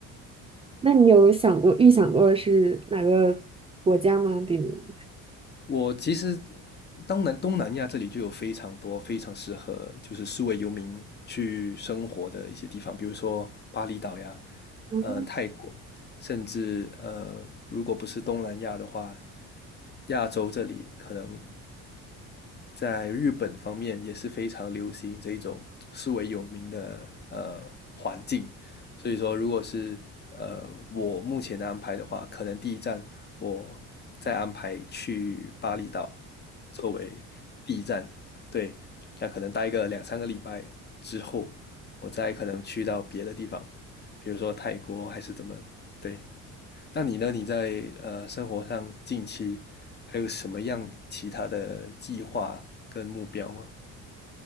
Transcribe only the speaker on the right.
那你有想过预想过是哪个国家吗？比如，
嗯，